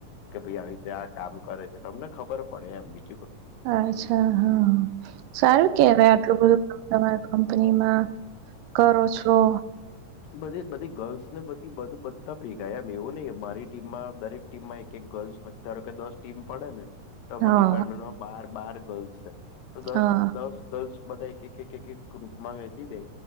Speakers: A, on the left; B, on the right.
A: કે ભાઈ આવી રી ત્યા આ કામ કરે છે તમને ખબર પડે એમ, બી
B: અચ્છા હા, સારું કેવાય આટલું બધું. તમાર કંપનીમાં કરો છો.
A: બધી બધી ગર્લ્સ ને બધી બધું બધા પેગાય એમ એવું નહ મારી ટીમમાં દરેક ટીમમાં એક એક ગર્લ્સ ધારો કે દસ ટીમ પડે ને, તો અરા
B: હા
A: ડિપાર્ટમેન્ટમાં બાર બાર ગર્લ્સ છે. તો દસ
B: હા
A: દસ ગર્લ્સ બધા એક એક એક એક ગ્રુપમાં વહેતી દે,